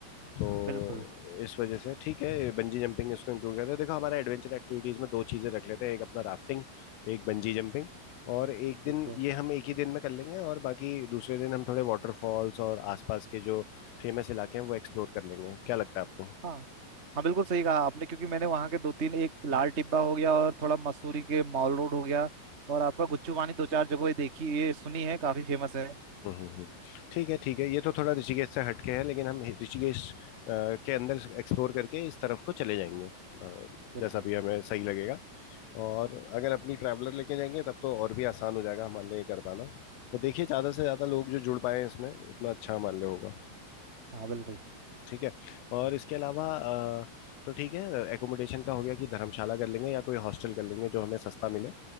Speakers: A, on the left; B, on the right.
A: तो
B: हाँ बिल्कुल
A: इस वजह से ठीक है बंजी जंपिंग इसको इंक्लूड करते हैं देखो हमारा एडवेंचर एक्टिविटीज में दो चीजें रख लेते हैं एक अपना राफ्टिंग एक बंजी जंपिंग और एक दिन
B: बिल्कुल
A: ये हम एक ही दिन में कर लेंगे और बाकी दूसरे दिन हम थोड़े वाटरफॉल्स और आसपास के जो फेमस इलाके हैं वो एक्सप्लोर कर लेंगे क्या लगता है आपको
B: हाँ हाँ बिल्कुल सही कहा आपने क्योंकि मैंने वहाँ के दो तीन एक लाल टिब्बा हो गया और थोड़ा मसूरी के मॉल रोड हो गया और आपका गुच्चू वानी दो चार जगह ये देखी ये सुनी है काफी फेमस है
A: हम्म हम्म, हम्म। ठीक है ठीक है ये तो थोड़ा ऋषिकेश से हटके है लेकिन हम ऋषिकेश अ, के अंदर एक्सप्लोर करके इस तरफ को चले जाएंगे अ,
B: बिल्कुल
A: जैसा भी हमें सही लगेगा और अगर अपनी ट्रैवलर लेके जाएंगे तब तो और भी आसान हो जाएगा हमारे लिए ये कर पाना तो देखिए ज़्यादा से ज़्यादा लोग जो जुड़ पाए इसमें उतना अच्छा हमारे लिए होगा
B: हाँ बिल्कुल
A: ठीक है और इसके अलावा अ, तो ठीक है एकोमोडेशन का हो गया कि धर्मशाला कर लेंगे या कोई हॉस्टल कर लेंगे जो हमें सस्ता मिले